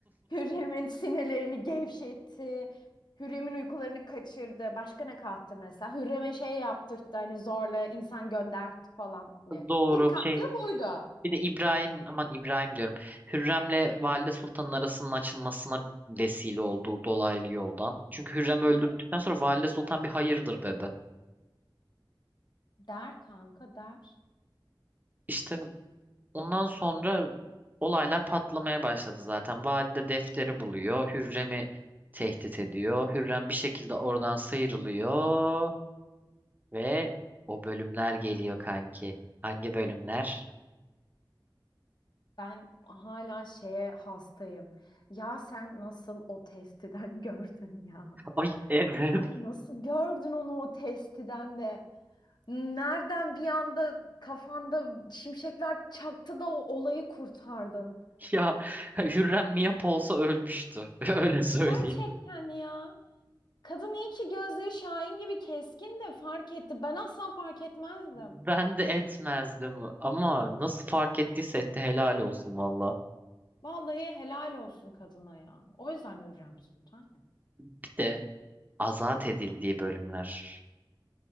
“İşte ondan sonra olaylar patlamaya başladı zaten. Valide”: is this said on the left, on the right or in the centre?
Right